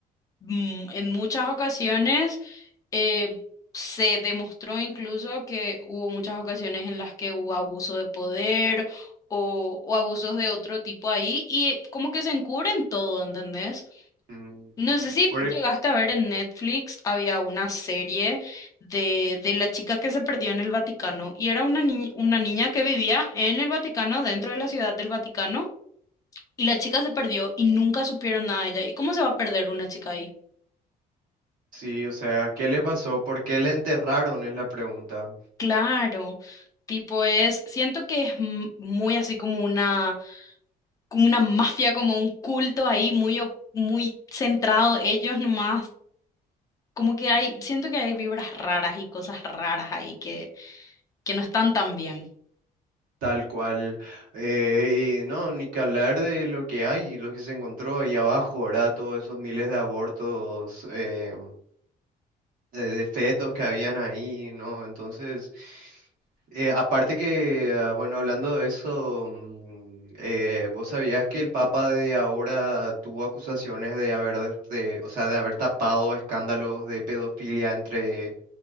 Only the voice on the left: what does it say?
mm, en muchas ocasiones eh, se demostró incluso que hubo muchas ocasiones en las que hubo abuso de poder o, o abusos de otro tipo ahí y eh, como que se encubren todo, ¿entendés?
No sé si
llegaste a ver en Netflix, había una serie de, de la chica que se perdió en el Vaticano y era una, ni- una niña que vivía en el Vaticano, dentro de la ciudad del Vaticano. Y la chica se perdió y nunca supieron nada de ella. ¿Y cómo se va a perder una chica ahí?
Claro, tipo es, siento que es m- muy así como una, como una mafia, como un culto ahí, muy, o- muy centrado ellos nomás, como que hay, siento que hay vibras raras y cosas raras ahí que, que no están tan bien.